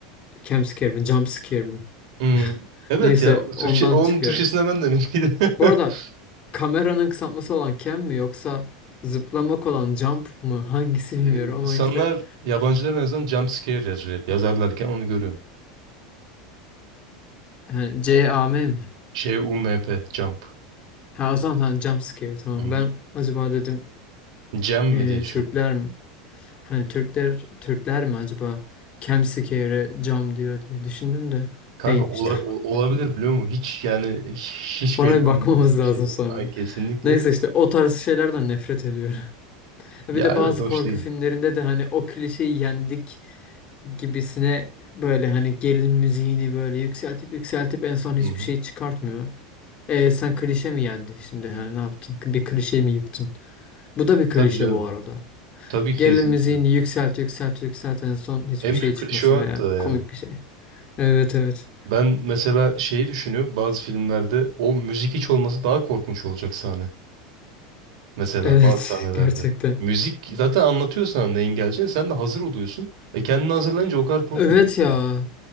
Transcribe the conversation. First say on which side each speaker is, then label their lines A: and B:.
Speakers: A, on the left (about 35°); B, on the right (about 70°).
A: Jump scare mi jump scare mi?
B: Hmm,
A: <laughs>
B: Evet
A: Neyse
B: ya o Türkçe,
A: ondan
B: onun
A: çıkıyor.
B: Türkçesine ben de bilmiyordum.
A: Bu arada
B: <laughs>
A: kameranın kısaltması olan cam mi yoksa zıplamak olan jump mı <laughs> hangisi
B: Ee,
A: bilmiyorum
B: insanlar
A: ama işte
B: yabancılar en azından jump scare yazıyor. hep. Yazarlarken onu görüyorum.
A: hani C A M mi?
B: C-U-M-P. Jump.
A: Ha o zaman tamam, jump scare tamam
B: Hı hı.
A: ben acaba dedim
B: Cem
A: e,
B: mi diye düşündüm.
A: Türkler mi? Hani Türkler Türkler mi acaba Kemsikere cam diyor diye düşündüm de
B: Kanka
A: değilmiş
B: ola-
A: <laughs> tamam.
B: o- olabilir biliyor musun? Hiç yani hiç, hiç
A: Ona
B: belli
A: bir
B: olmuyor
A: bakmamız
B: bizim
A: lazım
B: şey.
A: sonra.
B: Ay kesinlikle.
A: Neyse işte o tarz şeylerden nefret ediyorum. <laughs> Bir
B: Ya
A: de
B: evet
A: bazı
B: hoş
A: korku
B: değil.
A: filmlerinde de hani o klişeyi yendik gibisine böyle hani gerilim müziğini böyle yükseltip yükseltip en son hiçbir
B: Hı hı.
A: şey çıkartmıyor. E sen klişe mi yendin şimdi? Hani ne yaptın? Bir klişe mi yıktın? Bu da bir klişe
B: Tabii canım.
A: bu arada.
B: Tabii
A: Gerilim
B: kesinlikle.
A: müziğini yükselt yükselt yükselt en son hiçbir
B: En
A: şey
B: büyük
A: çıkmasın
B: klişe o hatta
A: veya
B: yani.
A: komik bir şey. Evet evet.
B: Ben mesela şeyi düşünüyorum. Bazı filmlerde o müzik hiç olması daha korkunç olacak sahne. Mesela
A: Evet
B: bazı sahnelerde.
A: <laughs> gerçekten.
B: Müzik zaten anlatıyor sana neyin geleceğini. Sen de hazır oluyorsun. E kendini hazırlayınca o kadar korkmuyorsun.
A: Evet ya.
B: mesela.